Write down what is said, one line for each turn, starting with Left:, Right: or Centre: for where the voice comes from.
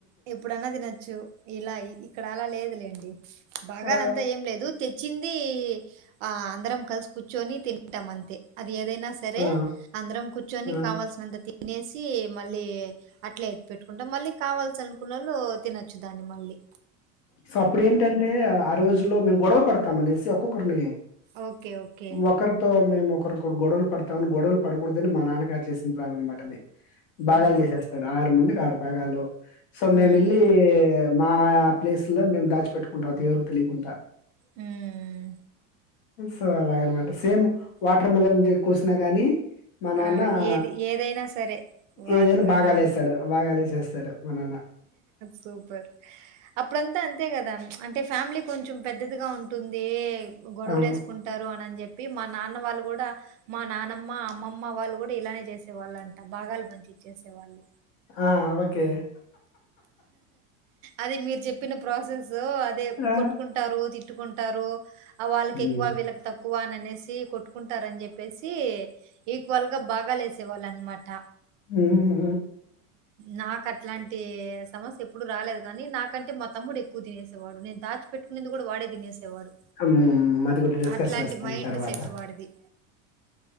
Right: ఎప్పుడన్నా తినొచ్చు ఇలా ఇక్కడ అలా లేదులేండి బాగాల
Left: ఆ!
Right: అంతా ఏం లేదు తెచ్చింది ఆ అందరం కలిసి కూర్చుని తింటాం అంతే అ ఏదైనా సరే
Left: ఆ!
Right: అందరం కూర్చొని
Left: ఆ!
Right: కావాల్సినంత తినేసి మళ్ళీ అట్లా ఎత్తు పెట్టుకుంటాం మళ్ళీ కావల్ ల్సి అనుకున్నళ్ళు తినొచ్చు దాన్ని మళ్ళీ
Left: సో, అప్పుడేంటంటే ఆ రోజుల్లో మేము గొడవ పడతాం అనేసి ఒక్కొక్కరిని
Right: ఓకే ఓకే
Left: ఒకరితో మేము ఒకరొకరు గొడవలు పడతామని గొడవలు పడకూడదని మా నాన్నగారు చేసిన ప్లాన్ అన్నమాట అది. బాగాలు
Right: అవునవును.
Left: చేసేస్తాడు ఆరు మంది ఆరు భాగాల్లో సో
Right: హ్మ్.
Left: మేమెల్లీ మా ప్లేస్ లో మేం దాచి పెట్టుకుంటాం అది ఎవరికి తెలియకుంటా
Right: హ్మ్
Left: సో అలాగనమాట సేమ్ వాటర్ మెలన్ కోసినా గాని మా నాన్న
Right: ఆ ఏది ఏదైనా సరే వాటర్
Left: ఏదైనా
Right: మిలన్
Left: బాగాలేస్తాడు బాగాలేసేస్తాడు మా నాన్న
Right: సూపర్ అప్ ఇప్పుడంతా అంతే కదా అంటే ఫ్యామిలీ కొంచెం పెద్దదిగా ఉంటుంది. గొడవలు
Left: అవును
Right: వేసుకుంటారు అని అని చెప్పి చెప్పి మా నాన్న వాళ్ళు కూడా మా నానమ్మ అ అమ్మమ్మ వాళ్ళు కూడా ఇలానే చేసేవాళ్ళు అంట బాగాలు పంచిచ్చేసే వాళ్ళు
Left: ఆ ఓకే
Right: అది మీరు చెప్పిన ప్రాసెసు అదే
Left: ఆ,
Right: కొట్టుకుంటారు. తిట్ కొట్టుకుంటారు. ఆ వాళ్ళకి
Left: ఉమ్,
Right: ఎక్కువ వీళ్ళకి తక్కువ అనే అనేసి కొట్టుకుంటారని చెప్పేసి ఈక్వల్ గా బాగాలేస్ తేవాలన్నమాట
Left: మ్మ్
Right: నా కట్లాంటి సమస్య ఎప్పుడు రాలేదు కాని నాకంటే మా తమ్ముడు ఎ క్కువ తినేసేవాడు నేను దాచి పెట్టుకునేది కూడా వాడే తినేసేవాడు
Left: ఉమ్, అది కూడా డిస్కస్
Right: అట్లాంటి
Left: చేస్తాం
Right: మైండ్
Left: తర్వాత
Right: సెట్ వాడిది.